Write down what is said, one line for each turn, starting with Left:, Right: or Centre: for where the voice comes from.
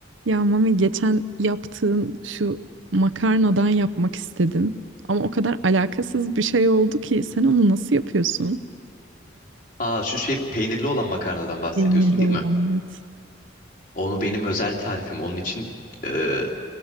Right: Ya Mami geçen yaptığın şu makarnadan yapmak istedim. Ama o kadar alakasız bir şey oldu ki sen onu nasıl yapıyorsun?
Left: Aa şu şey peynirli olan makarnadan bahsediyorsun
Right: Peynirli
Left: değil
Right: olan
Left: mi?
Right: evet.
Left: Onu benim özel tarifim. Onun için e,